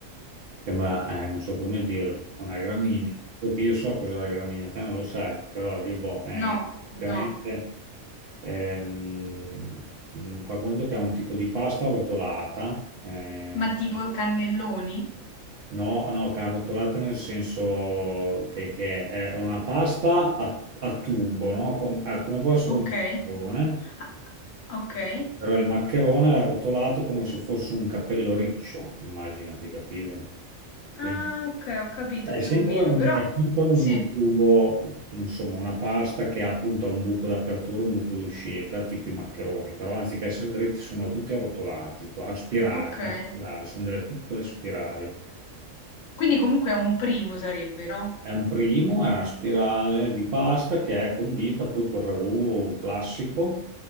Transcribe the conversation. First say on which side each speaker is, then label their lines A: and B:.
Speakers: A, on the right (about 60°); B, on the left (about 80°).
A: sembra, eh, non so come dirlo, una gramigna. Solo che Io so cos'è la gramigna, te non lo sai, però Dio boh, è
B: No,
A: praticamente
B: no.
A: ehm, mh, fa conto che è un tipo di pasta arrotolata, eh,
B: Ma tipo cannelloni?
A: No, no, carrotolata nel senso che, che è una pasta a, a tubo, no? Com- ah, come può essere
B: Okay.
A: un maccherone,
B: Ah, okay.
A: però il maccherone è arrotolato come se fosse un capello riccio, immaginati, capito? Quindi
B: Ah, okay, ho capito
A: è
B: più
A: sempre
B: o meno,
A: un,
B: però
A: è sempre un
B: sì,
A: tubo, insomma, una pasta che ha appunto un buco d'apertura, un buco d'uscita, tipo i maccheroni, però anziché essere dritti sono tutti arrotolati, a spirale,
B: okay.
A: a spirale, sono delle piccole spirali.
B: Quindi comunque è un primo sarebbe, no?
A: È un primo, è una spirale di pasta che è condita poi col ragù classico